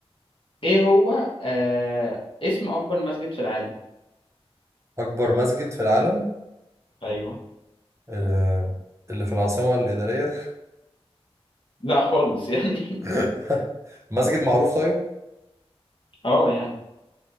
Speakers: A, on the left; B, on the right.
A: ايه هو أه... اسم اكبر مسجد في العالم
B: اكبر مسجد في العالم
A: ايوه
B: آه، اللي في العاصمة الإدارية
A: لا خالص يعني <laughs>
B: <laughs> مسجد معروف طيب
A: اه يعني